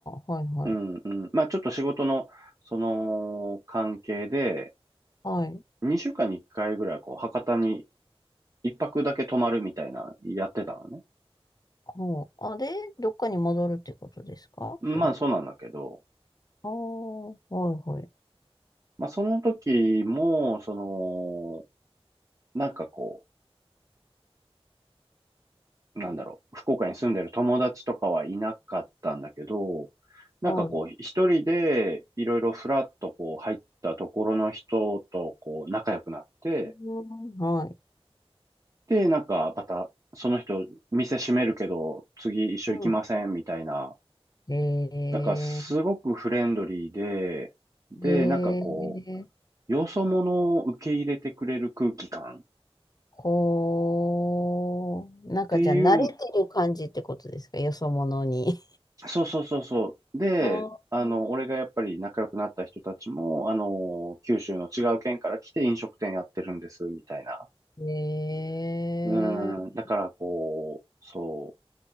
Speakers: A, on the left; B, on the right.
A: ー、はいはい。
B: うんうん、まあ、ちょっと仕事の、その、関係で、
A: はい。
B: 2週間に1回ぐらい、こう、博多に一泊だけ泊まるみたいな、やってたのね。
A: ほう。あ、で、どっかに戻るってことですかそれ。
B: まあ、そうなんだけど、
A: ああ、はいはい。
B: まあ、その時も、その、なんかこう、なんだろう、福岡に住んでる友達とかはいなかったんだけど、なんかこう、
A: はい。
B: 一人でいろいろフラッとこう入ったところの人とこう仲良くなって、
A: うんはい。
B: で、なんかまたその人店閉めるけど次一緒行きませんみたいな、
A: うん。え
B: なんかすごくフレンドリーで、で、
A: ー、えー、
B: なんかこう、よそ者を受け入れてくれる空気感っ
A: こう、なんかじゃあ慣れてる感じってことですかよそ者に。
B: ていうそうそうそうそう。で、
A: あ
B: あの、
A: あ、
B: 俺がやっぱり仲良くなった人たちも、あの、九州の違う県から来て飲食店やってるんです、みたいな。
A: えー、
B: うん、だからこう、そう、